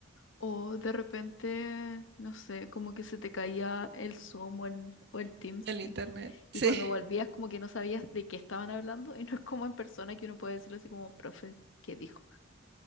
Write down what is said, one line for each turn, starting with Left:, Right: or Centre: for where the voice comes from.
Left: O de repente, no sé, como que se te caía el Zoom o el, o el Teams
Right: del
Left: y,
Right: internet. <laughs>
Left: y
Right: Sí,
Left: cuando volvías como que no sabías de qué estaban hablando y no es como en persona que uno puede decirlo así como, profe, ¿qué dijo?